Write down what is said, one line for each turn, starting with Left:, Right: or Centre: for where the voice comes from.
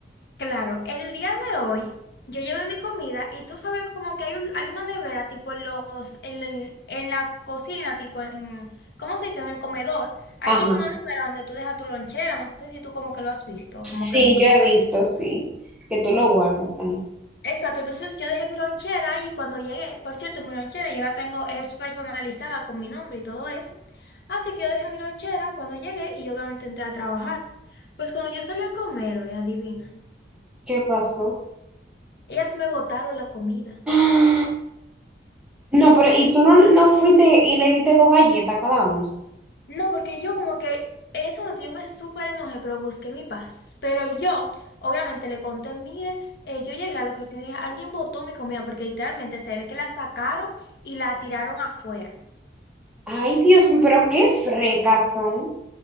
Left: claro, el día de hoy yo llevé mi comida y tú sabes como que hay, un- hay una nevera tipo en los, en, el- en la cocina, tipo en, ¿cómo se dice? En el comedor. Hay
Centre: Ajá.
Left: tipo una nevera donde tú dejas tu lonchera, no sé si tú como que lo has visto,
Centre: Sí,
Left: como que más o menos
Centre: yo he visto, sí, que tú lo guardas ahí.
Left: Exacto, entonces yo dejé mi lonchera ahí cuando llegué, por cierto, mi lonchera yo la tengo es personalizada con mi nombre y todo eso. Así que yo dejé mi lonchera cuando llegué y obviamente entré a trabajar. Pues cuando yo salí a comer, oye, adivina,
Centre: ¿Qué pasó?
Left: ellas me botaron la comida.
Centre: ¡Ah! No, pero y
Left: Mm,
Centre: tú no, no fuiste y le diste dos galletas a cada uno.
Left: No, porque yo como que en ese momento yo me súper enojé, pero busqué mi paz. Pero yo, obviamente, le conté, mire, eh, yo llegué a la oficina y dije, alguien botó mi comida porque literalmente se ve que la sacaron y la tiraron afuera.
Centre: Ay, Dios mío, pero qué frecas son.